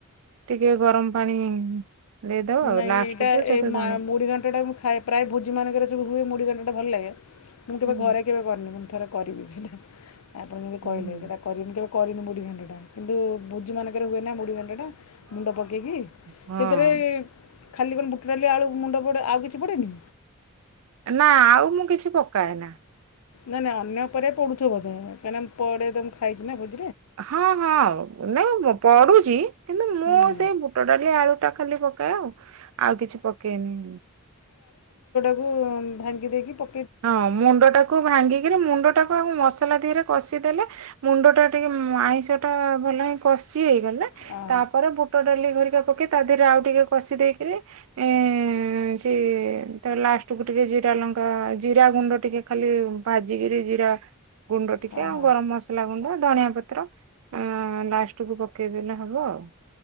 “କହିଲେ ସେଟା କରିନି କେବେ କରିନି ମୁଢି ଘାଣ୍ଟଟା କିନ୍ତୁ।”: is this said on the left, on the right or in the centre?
Left